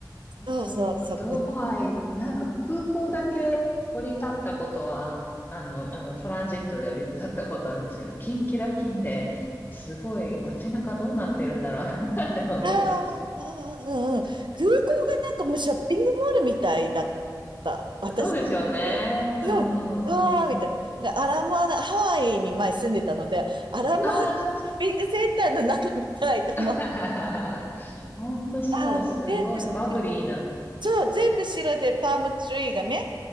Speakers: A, on the right (about 85°); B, on the left (about 25°).
A: そうそう、
B: そっか、
A: そこで。
B: ドバイ、なんか空港だけ降り立ったことは、あの、あの、トランジットで降り立ったことあるんですけど、キンキラキンで、すごい街中どうなってるんだろうなって <laughs> 思ってました。
A: ああ、うんうん空港がなんかもうショッピングモールみたいだった、私にとって。
B: そうですよね。うんうんうんうん。
A: うん、ああ、みたいな。なんかアラモアナ、ハワイに前住んでたので、アラモアナショッピングセンターの中みたいと思う。
B: ああ、そうですか。<laughs> ほんとそう、
A: ああ、
B: すごいバブリーな。
A: 全部白。そう、全部白でパームツリーがね、